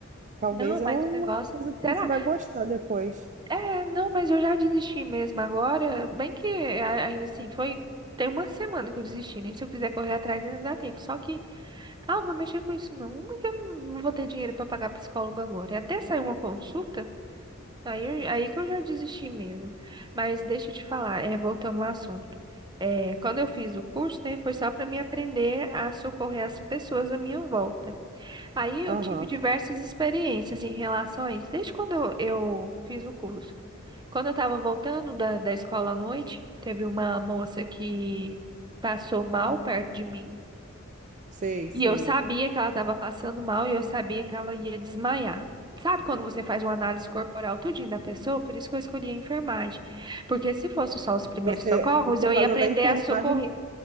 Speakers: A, on the right; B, on the right.
A: Talvez
B: não,
A: é
B: mas
A: uma
B: o negócio,
A: coisa que
B: será?
A: você vai gostar depois.
B: É, não, mas eu já desisti mesmo agora, bem que a- ainda assim, foi, tem uma semana que eu desisti, né? Se eu quiser correr atrás ainda dá tempo, só que, ah, eu vou mexer com isso não, uma que eu não vou ter dinheiro pra pagar psicólogo agora, e até sair uma consulta, Aí, eu- aí que eu já desisti mesmo. Mas deixa eu te falar, é, voltando ao assunto. É, quando eu fiz o curso, né, foi só para me aprender a socorrer as pessoas à minha volta. Aí eu
A: Aham,
B: tive diversas experiências em relação a isso, desde quando eu, eu fiz o curso. Quando eu estava voltando da, da escola à noite, teve uma moça que passou mal perto de mim.
A: sei, sei.
B: E eu sabia que ela estava passando mal e eu sabia que ela ia desmaiar. Sabe quando você faz uma análise corporal tudinho da pessoa? Por isso que eu escolhi a enfermagem. Porque se fosse só os primeiros
A: Você,
B: socorros,
A: por
B: eu
A: causa
B: ia aprender
A: da enfermagem,
B: a socorrer.